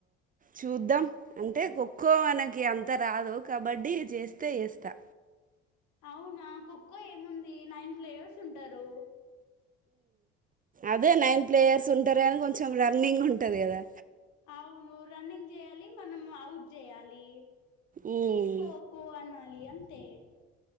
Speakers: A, on the right; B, on the left.
A: చూద్దాం అంటే ఖోఖో మనకి అంత రాదు కబడ్డీ చేస్తే వస్తా
B: అవునా ఖోఖో ఏముంది నైన్ ప్లేయర్స్ ఉంటారు
A: అదే నైన్ ప్లేయర్స్ ఉంటారు కాని కొంచెం రన్నింగ్ ఉంటది కదా
B: అవును రన్నింగ్ చేయాలి మనం అవుట్ జెయాలి
A: ఉమ్
B: కో కో అనాలి అంతే